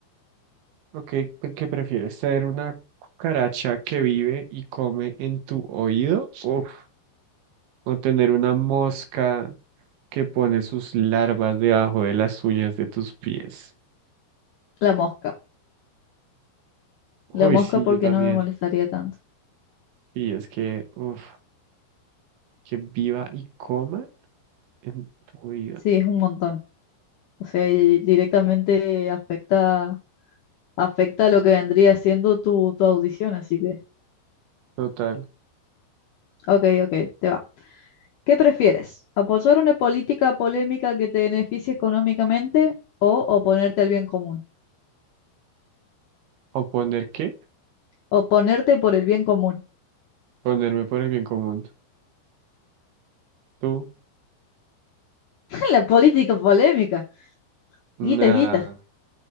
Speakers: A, on the right; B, on the left.
A: Ok, ¿qué qué prefieres? ¿Tener una cucaracha que vive y come en tu oído? Uf, o tener una mosca. que pone sus larvas debajo de las uñas de tus pies.
B: La mosca. La
A: Uy,
B: mosca
A: sí,
B: porque
A: yo también.
B: no me molestaría tanto.
A: Y es que, uff, que viva y coma en tu vida.
B: Sí, es un montón. O sea, y directamente afecta, afecta lo que vendría siendo tu, tu audición, así que,
A: Total.
B: ok, ok, te va. ¿Qué prefieres? ¿Apoyar una política polémica que te beneficie económicamente o oponerte al bien común?
A: ¿O poner qué?
B: Oponerte por el bien común.
A: Ponerme por el bien común. Tú,
B: <laughs> La política polémica. Guita,
A: nah,
B: es guita.